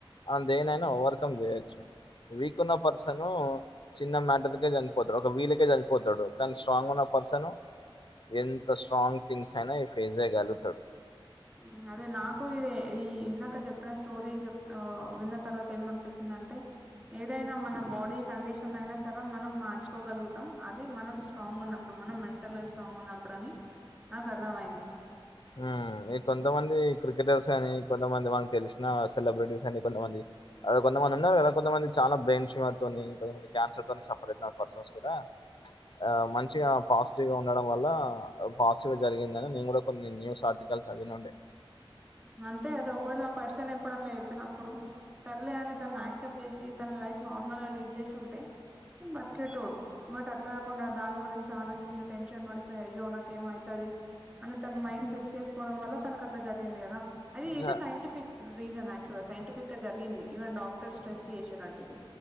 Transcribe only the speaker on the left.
మనం దేన్నైనా ఓవర్కమ్ చేయొచ్చు వీకున్న పర్సనూ చిన్న మ్యాటర్కే చనిపోతరు ఒక వీల్లకే చని పోతడు. కానీ స్ట్రాంగ్ ఉన్న పర్సను ఎంత స్ట్రాంగ్ థింగ్స్ అయినా ఈ ఫేస్ చేయ్యగలుగుతాడు.
హుమ్ ఈ కొంతమంది క్రికెటర్స్ గానీ కొంతమంది, వానికి తెలిసిన సెలబ్రిటీస్ అని కొంతమంది అదే కొంతమంది ఉన్నారు గదా కొంతమంది చాలా బ్రయిన్షిమ్మరుతోని కొంతమంది క్యాన్సర్ తోని సఫర్ అయితున్న పర్సన్స్ కూడా ఆ మంచిగా పాజిటివ్ గా ఉండడం వల్ల, పాజిటివ్ గా జరిగిందని నేను కూడా, కొన్ని న్యూస్ ఆర్టికల్స్ చదివినుండే.
స